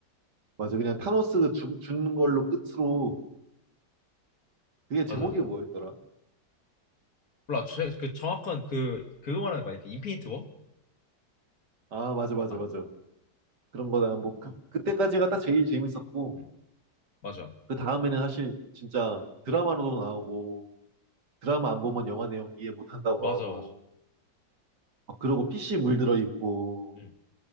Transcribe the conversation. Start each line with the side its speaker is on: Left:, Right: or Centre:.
Right: 맞아. 그냥 타노스 죽, 죽는 걸로 끝으로, 그게 제목이
Left: 맞아 맞아.
Right: 뭐였더라?
Left: 몰라 제- 그 정확한 그 그거 말하는 거 아니야? 그 인피니티 워?
Right: 아, 맞아, 맞아,
Left: 아,
Right: 맞아. 그런 거다. 뭐, 그,
Left: 어,
Right: 그때까지가 딱 제일 재밌었고,
Left: 응. 맞아
Right: 그 다음에는 사실 진짜 드라마로도 나오고, 드라마 안 보면 영화 내용 이해 못 한다고
Left: 맞아
Right: 하고,
Left: 맞아.
Right: 막 그러고 PC 물들어 있고,
Left: 응.